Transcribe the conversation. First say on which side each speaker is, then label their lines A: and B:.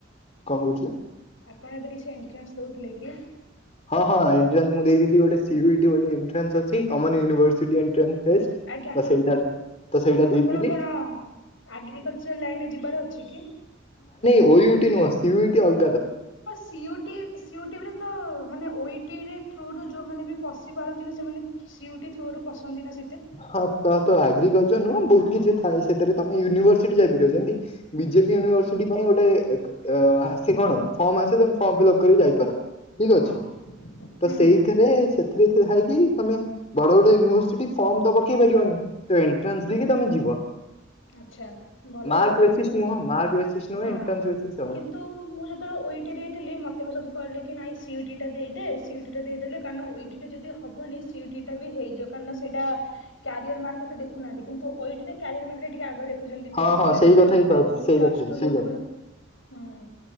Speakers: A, on the left; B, on the left.
A: କଣ କହୁଥିଲେ?
B: ଆପଣ ଏବେ କିଛି ଏଣ୍ଟ୍ରାନ୍ସ ଦଉଥିଲେ କି?
A: ହଁ ହଁ ଏଣ୍ଟ୍ରାନ୍ସ ମୁଁ ଦେଇଥିଲି ଗୋଟେ ସିୟୁଟି ବୋଲି ଏଣ୍ଟ୍ରାନ୍ସ ଅଛି। କମନ ୟୁନିଭର୍ସିଟି ଏଣ୍ଟ୍ରାନ୍ସ
B: ଆଜ୍ଞା
A: ତ ସେଇଟା ତ ସେଇଟା
B: ଆପଣ
A: ଦେଇଥିଲି।
B: କଣ ଆଗ୍ରିକଲଚର ଲାଇନରେ ଯିବାର ଅଛି କି?
A: ଓୟୁଟିୁ ନୁହଁ ସିୟୁଟି ଅଲ୍
B: ହଁ ସି ସିୟୁଟିବରେ ତ ମାନେ ଓଇଟି ରେ ଥ୍ରୁ ରୁ ଯୋଉମାନେ ବି ପଶି ପାରନ୍ତିନି ସେମାନେ ସିୟୁଟି ଥ୍ରୁ ରୁ ପଶନ୍ତି ନା ସେମ
A: ହଁ ତ ତ ଏଗ୍ରିକଲଚର ନୁ ବହୁତ କିଛି ଥାଏ ସେଥିରେ ତମେ ୟୁନିଭର୍ସିଟି ଯାଇପାରିବ ଯେମତି ବିଜେପି ୟୁନିର୍ସିଟି ପାଇଁ ଗୋଟେ ଆସି କଣ ଫମ ଆସେ ତ ଫର୍ମ ଫିଲପ୍ କରି ଯାଇପାର ଠିକ
B: ହଁ।
A: ଅଛି
B: ହୁଁ
A: ତ ସେଇଥିରେ ସେତ୍ ରେରେ ହୋଇକି ତମେ ବଡ ବଡ ୟୁନିଭର୍ସିଟି ଫର୍ମ ତ ପକେଇ ପାରିବନି। ତ ଏଣ୍ଟ୍ରାନ୍ସ
B: ହଁ
A: ଦେଇକି ତମେ ଯିବ।
B: ଆଚ୍ଛା ଭଲ
A: ମାର୍କ
B: ଆଉ ଆପଣଙ୍କର
A: ବେସିସ୍ ନୁହଁ ମାର୍କ ବେସିସ୍ ନୁହଁ
B: ହଁ
A: ଏଣ୍ଟ୍ରାନ୍ସ ବେସିସ୍ ଆଉ।
B: କିନ୍ତୁ ମୁଁ ଯେତେବେଳେ ଓଇଠି ଦେଇଥିଲି ମତେ ପଚାରେ ସବୁ କହିଲେ କି ନାଇ ସିୟୁଟି ଟା ଦେଇଦେ ସିୟୁଟି ଦେଇଦେଲେ କାରଣ ଓଇଟି ଟା ଯଦି ହବନି ସିୟୁ ବି ହେଇ ଯଉ କାରଣ ସେଇଟା କାରିର ମାର୍କ ଏତେଖୁନାହାନ୍ତି କିନ୍ତୁ ଇଠ କାରିୟର ମାର୍କଟରେ ଟିକେ ଆଗ ଛନ୍ତି ଟେନ୍ଥ
A: ହଁ ହଁ
B: ଲେବୁଲ
A: ସେଇ କଥା ହିଁ ତ
B: ଆଉ
A: ଅଛି ସେଇ
B: ପ୍ଲସ୍
A: କଥା ହିଁ
B: ଟୁ
A: ସେଇ
B: ଲେବୁଲ
A: କଥା
B: ହୁଁ।